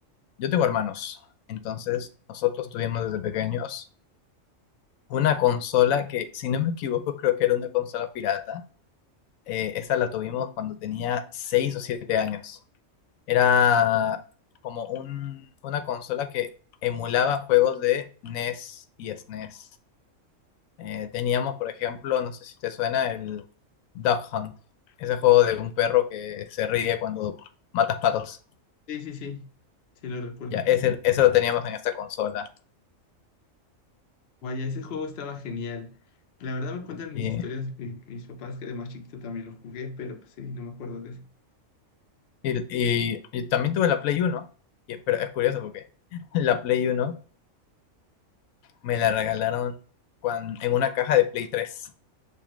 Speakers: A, on the left (about 85°); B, on the left (about 55°).
A: yo tengo hermanos. Entonces, nosotros
B: Ok.
A: tuvimos desde pequeños Una consola que, si no me equivoco, creo que era una consola pirata. Eh, esa la tuvimos cuando tenía 6 o 7 años. Era como un, una consola que emulaba juegos de NES y SNES. Eh, teníamos, por ejemplo, no sé si te suena, el Duck Hunt. Ese juego de un perro que se ríe cuando matas patos.
B: Sí, sí, sí, sí lo recuerdo.
A: Ya, ese, ese lo teníamos en esta consola.
B: Vaya, ese juego estaba genial. La verdad me cuentan mis
A: Y,
B: historias, mi- mis, papás que de más chiquito también lo jugué, pero pues sí, no me acuerdo de ese.
A: y, y- y también tuve la Play Uno Y, pero es curioso porque <laughs> la Play Uno Me la regalaron cuan- en una caja de Play tres